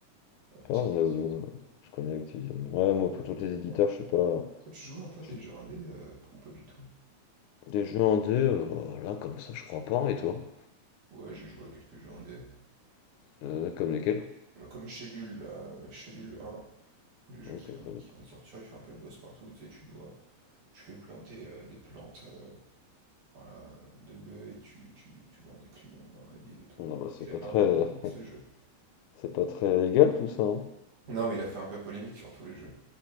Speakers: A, on the right; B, on the left.
A: Activision.
B: Enfin, on a oublié, on a- je connais Activision. Ouais,
A: Il y a
B: moi,
A: plein
B: pour
A: d'éditeurs.
B: tous les éditeurs, je suis pas.
A: Toi, tu joues un peu à
B: je
A: des
B: suis-
A: jeux indés euh, p- ou pas du tout?
B: Des jeux en deux euh, là, comme ça, je crois pas, et toi?
A: Ouais, j'ai joué à quelques jeux indés.
B: Euh,
A: mais-
B: comme lesquels?
A: Moi, Comme Schedule, là, euh, Schedule un le jeu
B: Ok,
A: qui
B: je
A: vient de,
B: connais
A: qui
B: pas.
A: vient de sortir, il fait un peu le boss partout. Tu sais, tu dois. Tu fais planter euh, des plantes. euh, voilà, de bœufs et tu, tu, tu vends des clients dans la ville et tout.
B: Non, bah, c'est
A: Il a
B: pas
A: fait
B: très.
A: un peu polémique
B: <laughs>
A: ce jeu.
B: C'est pas très légal, tout ça, hein.
A: Non, mais il a fait un peu polémique sur tous les jeux.